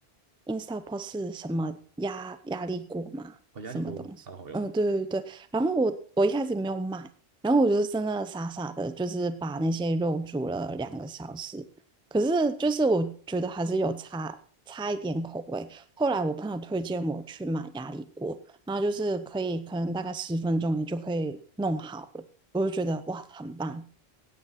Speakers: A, in the centre; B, on the right.
A: Instapot 是什么压压力锅嘛，
B: 我压力锅超好用的，
A: 什么东西？嗯，对对对。然后我我一开始没有买，然后我就是真的傻傻的，就是把那些肉煮了两个小时。可是就是我觉得还是有差差一点口味。后来我朋友推荐我去买压力锅，然后就是可以可能大概十分钟你就可以弄好了，我就觉得哇很棒，